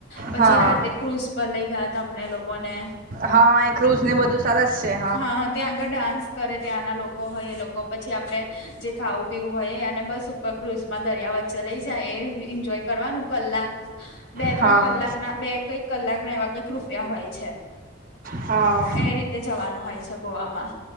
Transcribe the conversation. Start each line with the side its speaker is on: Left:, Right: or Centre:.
Left: પછી
Right: હા હા
Left: રાતે ક્રુઝ પર લઇ ગયા તમને લોકોને
Right: હા એ ક્રુઝ ને બધું સરસ છે.
Left: હા ત્યાં આગળ ડાન્સ કરે ત્યાંના લોકો હોય એ લોકો પછી આપડે જે ખાવું પીવું હોય અને બસ ઉપર ક્રુઝમાં દરિયા વચ્ચે લઈ જાય એન્જોય કરવાનું કલાક બે
Right: હા
Left: ત્રણ કલાકના બે કંઈક કલાકના એવા કઈક રૂપિયા હોય છે.
Right: હા
Left: એ રીતે જવાનું હોય છે ગોવામાં.